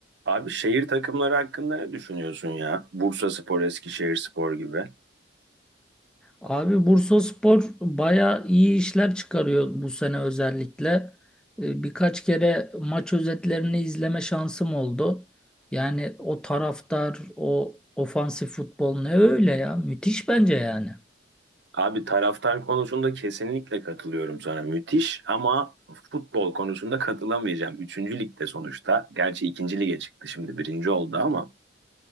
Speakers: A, on the right (about 70°); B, in the centre.
A: Abi şehir takımları hakkında ne düşünüyorsun ya? Bursaspor, Eskişehirspor gibi.
B: Abi Bursaspor baya iyi işler çıkarıyor bu sene özellikle. Ee, Birkaç kere maç özetlerini izleme şansım oldu. Yani o taraftar, o ofansif futbol ne öyle ya? Müthiş bence yani.
A: Abi taraftar konusunda kesinlikle katılıyorum sana. Müthiş ama futbol konusunda katılamayacağım. Üçüncü ligde sonuçta. Gerçi ikinci lige çıktı şimdi birinci oldu ama